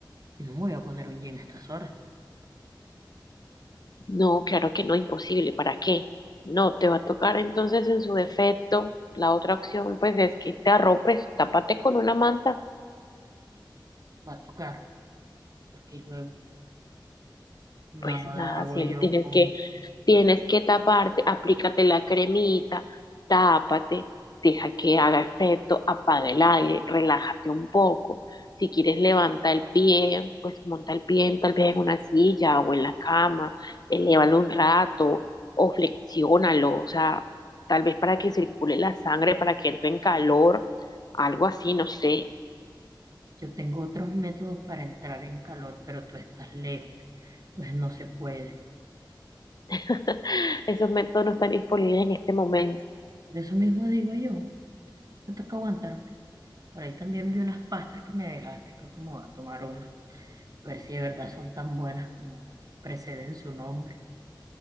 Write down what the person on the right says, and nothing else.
y no me voy a poner un jean a estas horas.
Va a tocar, porque luego
nada
hago
yo
con...
Yo tengo otros métodos para entrar en calor, pero tú estás lejos, entonces no se puede.
De eso mismo digo yo, me toca aguantar. Por ahí también vi unas pastas que me dejaste, creo que me voy a tomar una, a ver si de verdad son tan buenas como preceden su nombre,